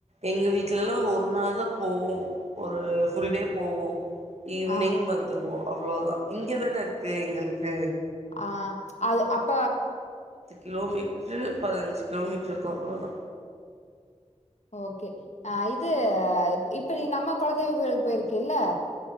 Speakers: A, on the right (about 60°); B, on the left (about 65°).
A: எங்க வீட்லலா ஒரு நாள் தா போவோ ஒரு ஃபுல் டே போவோ ஈவி்னிங்
B: ஆ
A: வந்துருவோ அவ்வளோ தா இங்க தானே இருக்கு எங்கள்க்கு
B: ஆ அது அப்ப
A: து கிலோமீட்ரு பதினஞ்சு கிலோமீட்ருக்கு அவ்ள தா
B: ஓகே ஆ இது இப்ப நீ நம்ம கொலதெய்வ கோயிலுக் போயிருக்கில்ல